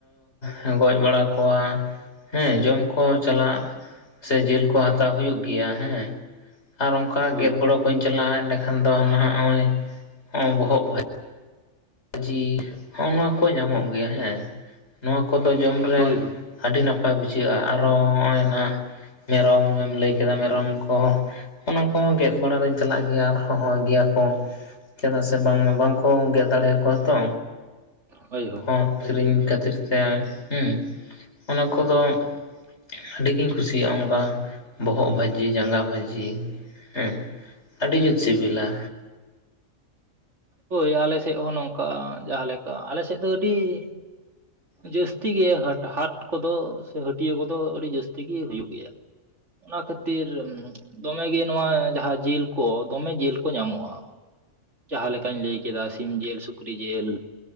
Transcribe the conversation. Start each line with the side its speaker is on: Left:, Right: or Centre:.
Left: ᱦᱚᱸᱻ ᱜᱚᱡ ᱵᱟᱲᱟ ᱠᱚᱣᱟ। ᱦᱮᱸ ᱡᱚᱢᱠᱚ ᱪᱟᱞᱟᱜ ᱥᱮ ᱡᱤᱞ ᱠᱚ ᱦᱟᱛᱟᱣ ᱦᱩᱭᱩᱜ ᱜᱮᱭᱟ। ᱦᱮᱸ ᱟᱨ ᱚᱱᱠᱟ
Right: ᱦᱳᱭ
Left: ᱜᱮᱫ ᱜᱚᱲᱚ ᱠᱚᱧ ᱪᱟᱞᱟᱜᱼᱟ ᱮᱸᱰᱮᱠᱷᱟᱱ ᱫᱚ ᱱᱷᱟᱜ ᱱᱚᱜᱼᱚᱭ ᱼᱼ ᱚᱸ ᱵᱚᱦᱚᱜ ᱵ <inaudible> ᱡᱤᱞ ᱦᱚᱸᱜᱼᱚ ᱱᱚᱣᱟ ᱠᱚ ᱧᱟᱢᱚᱜ ᱜᱮᱭᱟ ᱦᱮᱸ᱾ ᱱᱚᱣᱟ ᱠᱚᱫᱚ ᱡᱚᱢᱨᱮ
Right: ᱦᱳᱭ ᱦᱳᱭ
Left: ᱼᱼ ᱟᱹᱰᱤ ᱱᱟᱯᱟᱭ ᱵᱩᱡᱷᱟᱹᱜᱼᱟ᱾ ᱟᱨᱚ ᱱᱚᱜᱼᱚᱭ ᱱᱟ ᱢᱮᱨᱚᱢ ᱞᱟᱹᱭ ᱠᱮᱫᱟ ᱢᱮᱨᱚᱢ ᱠᱚ ᱼᱼ ᱚᱱᱟ ᱠᱚᱦᱚᱸ ᱜᱮᱫ ᱵᱟᱲᱟ ᱫᱚᱧ ᱪᱟᱞᱟᱜ ᱜᱮᱭᱟ ᱟᱨ ᱦᱚᱦᱚᱭ ᱜᱮᱭᱟ ᱠᱚ। ᱪᱮᱫᱟᱜ ᱥᱮ ᱵᱟᱝᱢᱟ ᱵᱟᱝᱠᱚ ᱜᱮᱫ ᱫᱟᱲᱮᱭᱟᱠᱚᱣᱟ ᱛᱚ।
Right: ᱦᱳᱭ ᱦᱳᱭ
Left: ᱦᱚᱸ ᱠᱤᱨᱤᱧ ᱠᱷᱟᱹᱛᱤᱨ ᱛᱮ ᱦᱮᱸ ᱚᱱᱟ ᱠᱚᱫᱚ ᱼᱼ ᱟᱹᱰᱤ ᱜᱤᱧ ᱠᱩᱥᱤᱭᱟᱜᱼᱟ᱾ ᱚᱱᱠᱟ ᱵᱚᱦᱚᱜ ᱵᱷᱟᱹᱡᱤ ᱡᱟᱸᱜᱟ ᱵᱷᱟᱹᱡᱤ ᱦᱮᱸ। ᱟᱹᱰᱤ ᱡᱩᱨ ᱥᱤᱵᱤᱞᱟ।
Right: ᱦᱳᱭ ᱟᱞᱮᱥᱮᱫ ᱦᱚᱸ ᱱᱚᱝᱠᱟ ᱡᱟᱦᱟᱸᱞᱮᱠᱟ ᱟᱞᱮᱥᱮᱫ ᱫᱚ ᱟᱹᱰᱤ ᱼᱼ ᱡᱟᱹᱥᱛᱤ ᱜᱮ ᱦᱟᱴ ᱦᱟᱴ ᱠᱚᱫᱚ ᱥᱮ ᱦᱟᱹᱴᱭᱟᱹ ᱠᱚᱫᱚ ᱟᱹᱰᱤ ᱡᱟᱹᱥᱛᱤ ᱜᱮ ᱦᱩᱭᱩᱜ ᱜᱮᱭᱟ। ᱚᱱᱟ ᱠᱷᱟᱹᱛᱤᱨ ᱫᱚᱢᱮ ᱜᱮ ᱱᱚᱣᱟ ᱡᱟᱦᱟᱸ ᱡᱤᱞ ᱠᱚ ᱫᱚᱢᱮ ᱡᱤᱞ ᱠᱚ ᱧᱟᱢᱚᱜᱼᱟ। ᱡᱟᱦᱟᱸ ᱞᱮᱠᱟᱧ ᱞᱟᱹᱭ ᱠᱮᱫᱟ ᱥᱤᱢ ᱡᱤᱞ ᱥᱩᱠᱨᱤ ᱡᱤᱞ᱾